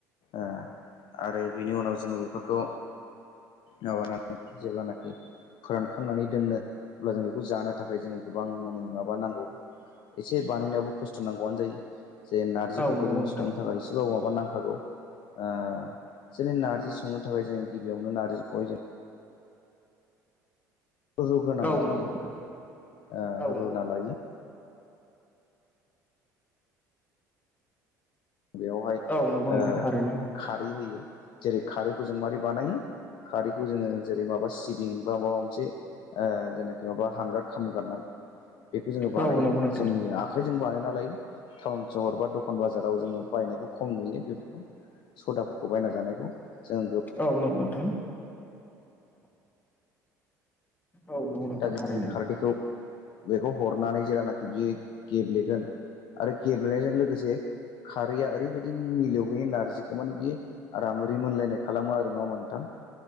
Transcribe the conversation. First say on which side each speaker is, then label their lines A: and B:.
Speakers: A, on the left (about 55°); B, on the left (about 20°).
A: ओ आरो बिनि उनाव जोङो बेफोरखौ माबानानै जेब्लानाखि फोरानखांनानै दोननो अब्ला जों बेखौ जानो थाखाय जों गोबां माने माबा नांगौ एसे बानायनायावबो खस्थ' नांगौआनो जायो जे नारजिफोरखौ
B: औ नंगौ
A: जों
B: नोंथां
A: संनो थाखाय एसेबाब माबा नांगौ हागौ ओ जोंनि नार्जि संनो थाखाय जों गिबियावनो नार्जिखौहाय जों रुग्रोनांगौ
B: औ
A: जायो
B: नंगौ नोंथां
A: ओ
B: औ
A: रुना
B: नंगौ
A: लायो बेवहाय
B: औ नंगौ नोंथां
A: ओ
B: थारैनो
A: खारै होयो जेरै खारैखौ जों मारै बानायो खारैखौ जोङो जेरै माबा सिबिं बा माबा मोनसे ओ जेने जेनाबा हांगार खामगारनाय बेखौ जोङो बानायो
B: औ नंगौ नोंथां
A: जोंनि आखाइजों बानाय नालाय टाउन सहर बा दखान बाजाराव जोङो बायनायखौ खम नुयो बेफोरखौ सदाफोरखौ बायना जानायखौ। जों
B: औ नंगौ नोंथां। औ नंगौ नोंथां
A: दा जोङो
B: थारैनो
A: बे खारदैखौ बेखौ हरनानै जेलानाखि बि गेब्लेगोन आरो गेब्लेनायजों लोगोसे खारैया ओरैबायदि मिलौहैयो नारजिखौ मान बे आरामै मोनलायनाय खालामो आरो ना नोंथां?